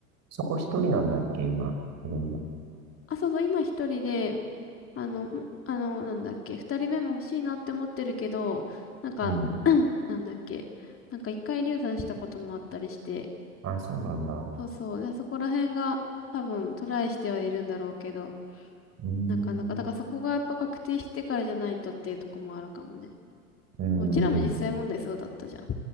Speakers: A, on the right; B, on the left.
A: そこ一人なんだっけ、今、子供。
B: あ、そうそう、今一人であの、もあの、なんだっけ、二人目も欲しいなって思ってるけど、なんか、
A: うん。
B: <clears throat> なんだっけ、なんか一回流産したこともあったりして、
A: あ、そうなんだ。う
B: そうそう、でそこら辺が多分トライしてはいるんだろうけど、
A: ーん。
B: なかなか、だからそこがやっぱ確定してからじゃないとっていうとこもあるかもね。
A: うーん。
B: うちらも実際問題そうだったじゃん。